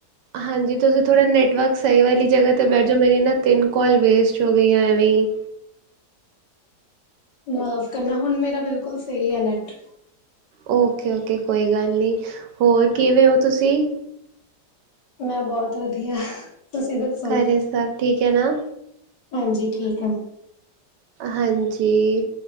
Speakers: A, on the right; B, on the left.
A: ਹਾਂਜੀ ਤੁਸੀਂ ਥੋੜ੍ਹਾ ਨੈੱਟਵਰਕ ਸਹੀ ਵਾਲੀ ਜਗ੍ਹਾ 'ਤੇ ਬੈਠ ਜਾਓ ਮੇਰੀ ਨਾ ਤਿੰਨ ਕੋਲ ਵੇਸਟ ਹੋ ਗਈਆਂ ਐਵੇਂ ਹੀ
B: ਮੁਆਫ਼ ਕਰਨਾ ਹੁਣ ਮੇਰਾ ਬਿਲਕੁਲ ਸਹੀ ਆ ਨੈੱਟ।
A: ਓਕੇ-ਓਕੇ ਕੋਈ ਗੱਲ ਨੀ, ਹੋਰ ਕਿਵੇਂ ਓ ਤੁਸੀਂ?
B: ਮੈਂ ਬਹੁਤ ਵਧੀਆ, ਤੁਸੀਂ ਦੱਸੋ
A: ਘਰੇ
B: <inaudible>
A: ਸਭ ਠੀਕ ਹੈ ਨਾ?
B: ਹਾਂਜੀ ਠੀਕ ਆ।
A: ਹਾਂਜੀ,